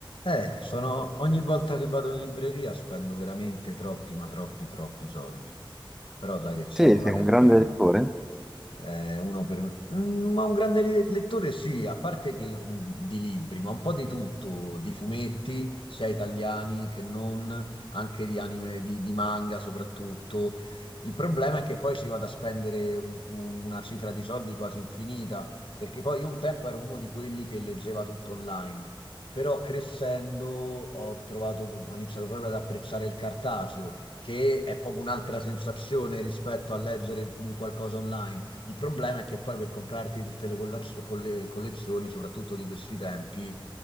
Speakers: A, on the left; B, in the centre.
A: Eh, sono... ogni volta che vado in libreria spendo veramente troppi, ma troppi, troppi soldi. Però dai che ce
B: Sì,
A: ne vale
B: sei un
A: la
B: grande
A: pena.
B: lettore.
A: Eh, uno per... Mm, Ma un grande li- lettore sì, a parte che un- di libri, ma un po' di tutto, di fumetti, sia italiani che non, anche di anime, di, di manga soprattutto. Il problema è che poi si vada a spendere u- u- una cifra di soldi quasi infinita, perché poi io un tempo ero uno di quelli che leggeva tutto online, però crescendo ho trovato, ho iniziato proprio ad apprezzare il cartaceo, che è proprio un'altra sensazione rispetto a leggere il- un qualcosa online. Il problema è che poi per comprarti tutte le collaz- colle- collezioni, soprattutto di questi tempi,